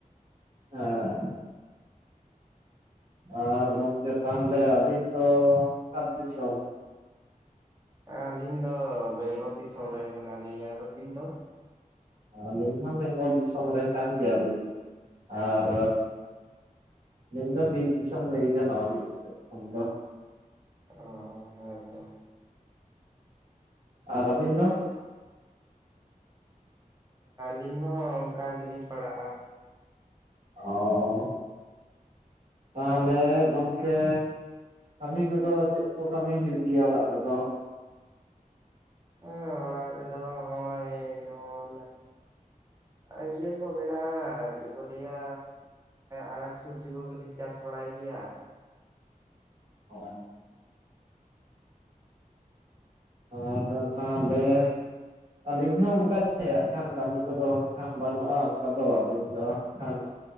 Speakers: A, on the right; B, on the right.
A: ᱦᱚᱭ ᱟᱨ ᱜᱚᱝᱠᱮ ᱛᱟᱦᱚᱞᱮ ᱟᱹᱵᱤᱱ ᱫᱚ ᱚᱠᱟ ᱫᱤᱥᱚᱢ
B: ᱟᱹᱞᱤᱧ ᱫᱚ ᱵᱮᱝᱜᱚᱞ ᱫᱤᱥᱚᱢ ᱨᱮᱱ ᱠᱟᱱᱟᱞᱤᱧ, ᱟᱨ ᱟᱹᱵᱤᱱ ᱫᱚ?
A: ᱟᱹᱞᱤᱧ ᱦᱚᱸ ᱵᱮᱝᱜᱚᱞ ᱫᱤᱥᱚᱢ ᱨᱮᱱ ᱠᱟᱱ ᱜᱮᱭᱟᱞᱤᱧ ᱟᱨ ᱟᱹᱞᱤᱧ ᱫᱚ ᱵᱤᱨ ᱤᱫᱥᱚᱢ ᱞᱟᱹᱭ ᱜᱟᱱᱚᱜᱼᱟ ᱢᱤᱫ ᱥᱮᱫ ᱠᱷᱚᱱ ᱫᱚ
B: ᱚ ᱦᱮᱸᱛᱚ
A: ᱟᱨ ᱟᱹᱵᱤᱱ ᱫᱚ?
B: ᱟᱹᱞᱤᱧ ᱦᱚᱸ ᱚᱱᱠᱟ ᱜᱮᱞᱤᱧ ᱯᱟᱲᱟᱜᱼᱟ
A: ᱚ ᱛᱟᱦᱚᱞᱮ ᱜᱚᱝᱠᱮ ᱠᱟᱹᱢᱤ ᱠᱚᱫᱚ ᱪᱮᱫ ᱠᱚ ᱠᱟᱹᱢᱤ ᱦᱩᱭᱩᱜ ᱜᱮᱭᱟ ᱚᱲᱟᱜ ᱨᱮᱫᱚ
B: ᱦᱮᱸ ᱚᱲᱟᱜ ᱨᱮᱫᱚ ᱦᱚᱸᱜ-ᱚᱭ ᱮᱭ ᱡᱮᱢᱚᱱ ᱤᱭᱟᱹ ᱠᱚ ᱢᱮᱱᱟᱜᱼᱟ ᱪᱮᱫ ᱠᱚ ᱞᱟᱹᱭᱟ ᱟᱱᱟᱡ ᱥᱚᱵᱽᱡᱤ ᱠᱚᱜᱮᱞᱤᱧ ᱪᱟᱥ ᱵᱟᱲᱟᱭ ᱜᱮᱭᱟ
A: ᱦᱚᱭ ᱟᱫᱚ ᱛᱟᱦᱞᱮ ᱟᱹᱞᱤᱧ ᱦᱚᱸ ᱚᱱᱠᱟᱜ ᱜᱮ ᱦᱟᱸᱜ ᱠᱷᱟᱱ ᱠᱟᱹᱢᱤ ᱠᱚᱫᱚ ᱦᱟᱸᱜ ᱠᱷᱟᱱ ᱵᱟᱹᱱᱩᱜᱼᱟ ᱚᱱᱠᱟ ᱫᱚ ᱟᱹᱞᱤᱧ ᱫᱚ ᱠᱷᱟᱱ ᱢᱟ